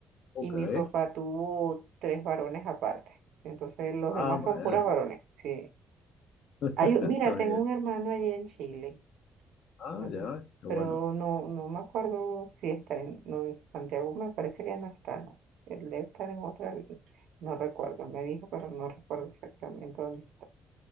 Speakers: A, on the left; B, on the right.
A: ok.
B: y mi papá tuvo tres varones aparte. Entonces los
A: Ah,
B: demás
A: madre.
B: son puras varones, sí.
A: <laughs>
B: Hay, un-
A: Está
B: mira, tengo
A: bien.
B: un hermano allí en Chile
A: Ah,
B: Ajá.
A: ya, qué
B: Pero
A: bueno.
B: no, no me acuerdo si está en, no, en Santiago, me parece que no está, no. Él debe estar en otra, li- no recuerdo, me dijo, pero no recuerdo exactamente dónde está.